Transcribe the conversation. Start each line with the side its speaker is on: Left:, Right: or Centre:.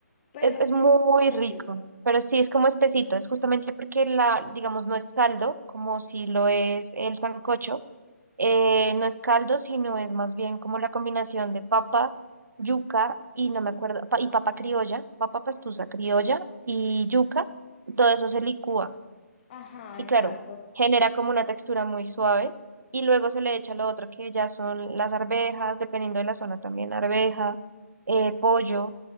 Left: pero
Right: Es, es
Left: sí
Right: muy
Left: es como espesito.
Right: rico, pero sí es como espesito. Es justamente porque la, digamos, no es caldo, como si lo es el sancocho, Eh, no es caldo, sino es más bien como la combinación de papa, yuca y no me acuerdo, pa- y papa criolla, papa pastusa criolla y yuca. Todo eso se licúa
Left: Ajá,
Right: y
Left: exacto.
Right: claro, genera como una textura muy suave y luego se le echa lo otro que ya son las arvejas, dependiendo de la zona también, arveja, eh, pollo